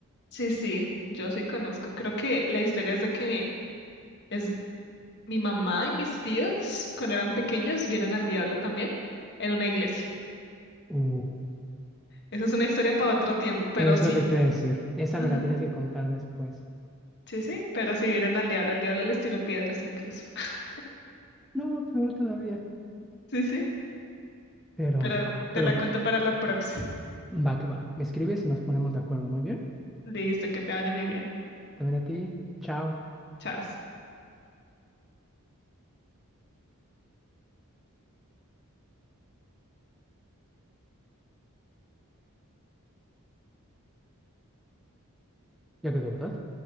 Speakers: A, on the left (about 50°); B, in the centre.
A: Sí, sí, yo sí conozco. Creo que la historia es de que mi, es mi mamá y mis tíos, cuando eran pequeños, vieron al diablo también en una iglesia.
B: Uh,
A: Esa es una historia para otro tiempo, pero
B: es
A: sí.
B: lo que te voy a decir. Esa
A: Ajá.
B: me la tienes que contar después.
A: Sí, sí, pero sí vieron al diablo. El diablo les tiró piedras incluso. <laughs>
B: No, peor todavía.
A: Sí, sí,
B: Pero,
A: pero te
B: pero
A: la
B: bueno,
A: cuento para la próxima.
B: va que va. Me escribes y nos ponemos de acuerdo. Muy bien.
A: Listo, que te vaya muy bien.
B: También a ti. Chao.
A: Chao.
B: Ya quedó, ¿verdad?